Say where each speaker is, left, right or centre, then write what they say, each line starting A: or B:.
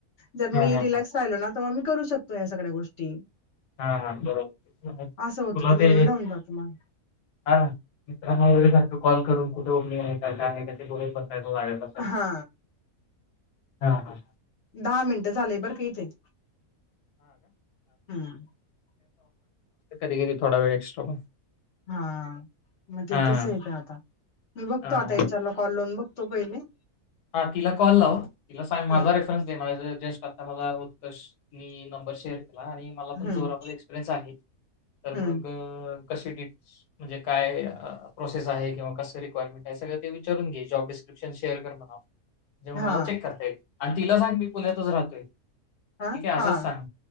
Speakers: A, on the left (about 55°); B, on the left (about 80°).
A: जर
B: हां,
A: मी
B: हां,
A: रिलॅक्स
B: हां.
A: राहिलो ना तर मग मी करू शकतो या सगळ्या गोष्टी
B: हा हा बरोबर तुला
A: असं होतं म्हणून
B: ते
A: राहून जातो मग
B: हा ना मित्रां वगैरे सारख कॉल करून कुठे उघ नाही का नाही बोलत बसायचे माझ्या बद्दल
A: हा
B: हां हां
A: दहा मिनट झाले बर का इथे हम्म
B: कधी कधी थोडा वेळ एक्स्ट्रा पण
A: हां म
B: हां,
A: ते तस हाय का आता मी बघतो
B: हां,
A: आता
B: हां.
A: चार लोकावाला लावून बघतो पहिले
B: हा तिला कॉल लाव तिला सांग माझा
A: हम्म
B: रेफरन्स दे मला जस्ट मला उत्कर्ष नंबर शेअर केला आणि म
A: हम्म
B: प जोरामध्ये एक्सपरयस आहे तर
A: हम्म
B: मग क म्हणजे काय प्रोसेस किंवा कं रिक्वायरमेंट आहे सगळं ते विचारून घे जॉब शेअ कर म्हणा जेव्हा
A: हा
B: मला चेक करता येईल आणि तिला सांग मी पुण्यातच राहतोय
A: हा
B: ठीक आहे असंच
A: हा
B: सांग